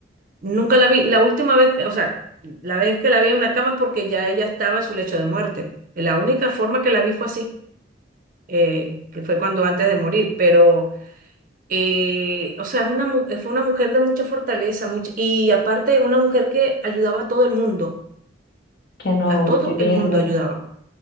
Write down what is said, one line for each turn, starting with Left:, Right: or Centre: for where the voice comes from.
Right: Nunca la vi. La última vez, que- o sea, la vez que la vi en una cama es porque ya ella estaba en su lecho de muerte. La única forma que la vi fue así. eh, que fue cuando antes de morir, pero, eh, o sea, es una, mu- fue una mujer de mucha fortaleza, mucha, y aparte una mujer que ayudaba a todo el mundo,
Left: qué noble,
Right: a todo
Left: qué linda.
Right: el mundo ayudaba.